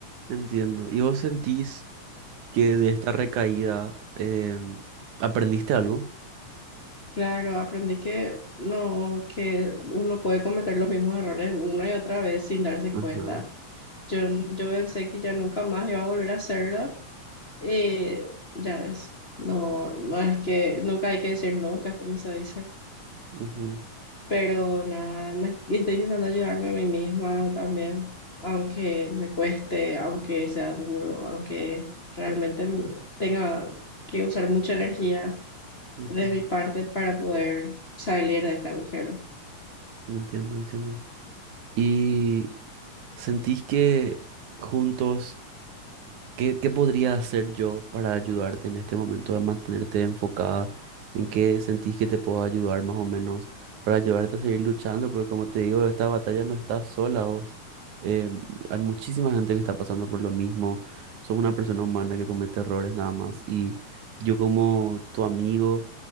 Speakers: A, on the right; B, on the left.
A: Entiendo. ¿Y vos sentís... que de esta recaída eh, aprendiste algo.
B: Claro, aprendí que no, que uno puede cometer los mismos errores una y otra vez sin darse
A: Ajá.
B: cuenta. Yo, yo pensé que ya nunca más iba a volver a hacerlo. Eh, ya ves, no, no es que nunca hay que decir nunca, como se dice.
A: ujú,
B: Pero nada, me, y estoy intentando ayudarme a mí misma también, aunque me cueste, aunque sea duro, aunque realmente tenga que usar mucha energía
A: ujú,
B: de mi parte para poder salir de este agujero.
A: Entiendo, entiendo. ¿Y sentís que juntos ¿Qué, qué podría hacer yo para ayudarte en este momento a mantenerte enfocada? ¿En qué sentís que te puedo ayudar más o menos para ayudarte a seguir luchando? Porque como te digo, esta batalla no estás sola vos. Eh, hay muchísima gente que está pasando por lo mismo. Sos una persona humana que comete errores nada más. Y yo como tu amigo